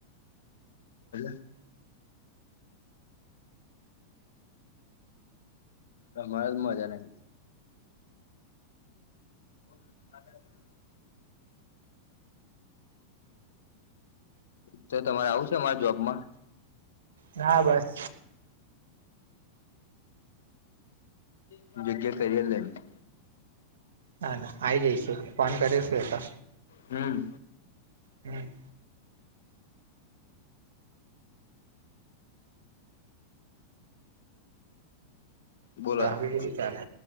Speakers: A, on the left; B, on the right.
A: બ અમારે તો મજા નહ <unintelligible> તો તમારે આવું છે અમારા જોબમાં
B: ના બસ
A: હમ બગ કરીરી લ નને
B: હા ના આ આવી જઈશું ફોન કરીશું એ તો
A: હમ
B: હમ
A: બોલો તાર
B: બીજું હું ચાલે